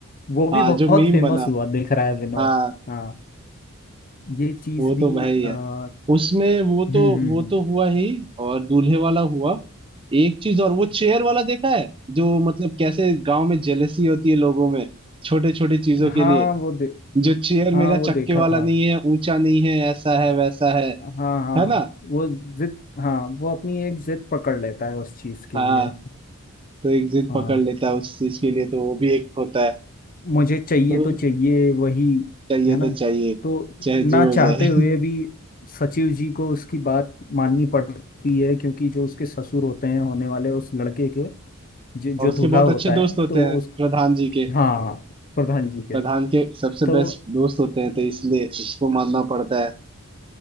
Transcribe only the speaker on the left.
वो भी
बहुत
फेमस
हुआ दिख रहा है विनोद
हाँ ये चीज
भी
आ, हम्म
हम्म
हम्म।
हाँ
वो दे,
हाँ वो देखा
था
हाँ हाँ
वो जिद हाँ वो अपनी एक जिद पकड़ लेता है उस चीज के
लिए
हाँ
मुझे चाहिए
तो चाहिए वही
है ना
तो
ना
चाहते
हुए भी सचिव जी को उसकी बात माननी पड़ती है क्योंकि जो उसके ससुर होते हैं होने वाले उस लड़के के जो, जो
दूल्हा
होता
है
तो वो
हाँ हाँ, प्रधान जी के
तो